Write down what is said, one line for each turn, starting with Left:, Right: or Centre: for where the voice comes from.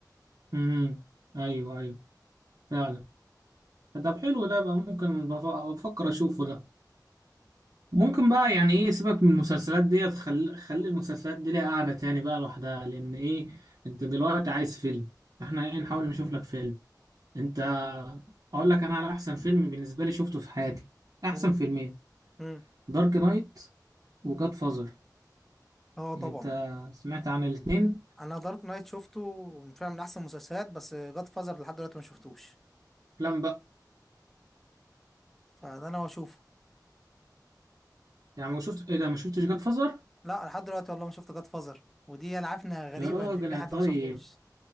Right: امم ايوه ايوه فعلا طب حلو ده بقى ممكن بف- بفكر اشوفه ده ممكن بقى يعني ايه سيبك من المسلسلات ديت خلي خلي المسلسلات دي ليها قاعده تاني بقى لوحدها لان ايه انت دلوقتي عايز فيلم احنا ايه نحاول نشوف لك فيلم انت اقول لك انا على احسن فيلم بالنسبه لي شفته في حياتي احسن
Centre: مم.
Right: فيلمين
Centre: امم
Right: دارك نايت وجاد فازر
Centre: اه طبعا
Right: انت سمعت عن الاتنين
Centre: انا دارك نايت شفته فعلا من احسن المسلسلات بس جاد فازر لحد دلوقتي ما شفتوش
Right: افلام بقى
Centre: فده انا هشوفه
Right: يعني ما شفت ايه ده ما شفتش جاد فازر
Centre: لا أنا لحد دلوقتي والله ما شفت جاد فازر ودي انا عارف انها غريبه
Right: يا راجل
Centre: ان في
Right: يا
Centre: حد
Right: طيب
Centre: ما شافوش